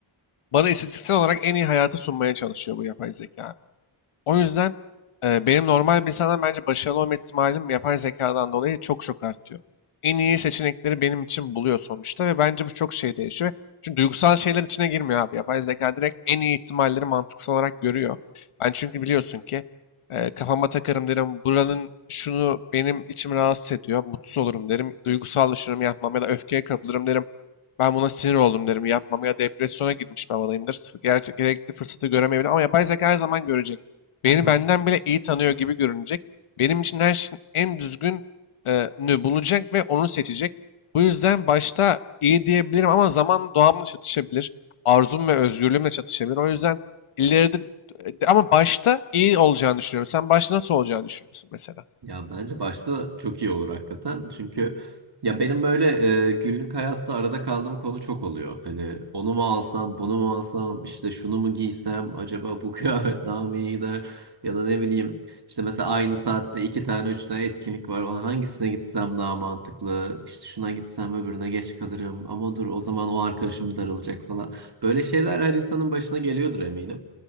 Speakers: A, on the left; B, on the right.
A: Bana istatistiksel olarak en iyi hayatı sunmaya çalışıyor bu yapay zeka o yüzden e, benim normal bir insandan bence başarılı olma ihtimalim yapay zekadan dolayı çok çok artıyor. En iyi seçenekleri benim için buluyor sonuçta ve bence bu çok şey değişiyor. Çünkü duygusal şeyler içine girmiyor abi. Yapay zeka direkt en iyi ihtimalleri mantıksal olarak görüyor. Ben çünkü biliyorsun ki e, kafama takarım derim buranın şunu benim içim rahatsız ediyor. Mutsuz olurum derim. Duygusallaşırım yapmam ya da öfkeye kapılırım derim. Ben buna sinir oldum derim yapmam ya depresyona girmiş bir havadayımdır. Gerçek, gerekli fırsatı göremeyebilirim ama yapay zeka her zaman görecek. Beni
B: hı.
A: benden bile iyi tanıyor gibi görünecek. Benim için her şeyin en düzgün e, bulacak ve onu seçecek. Bu yüzden başta iyi diyebilirim ama zamanla doğamla çatışabilir. Arzum ve özgürlüğümle çatışabilir. O yüzden ileride e, ama başta iyi olacağını düşünüyorum. Sen başta nasıl olacağını düşünüyorsun mesela?
B: Ya bence başta çok iyi olur hakikaten. Çünkü ya benim böyle e, günlük hayatta arada kaldığım konu çok oluyor. Hani onu mu alsam, bunu mu alsam, işte şunu mu giysem, acaba bu <laughs> kıyafet daha mı iyi gider? Ya da ne bileyim işte mesela aynı saatte iki tane üç tane etkinlik var. Ona hangisine gitsem daha mantıklı? İşte şuna gitsem öbürüne geç kalırım. Ama dur o zaman o arkadaşım darılacak falan. Böyle şeyler her insanın başına geliyordur eminim.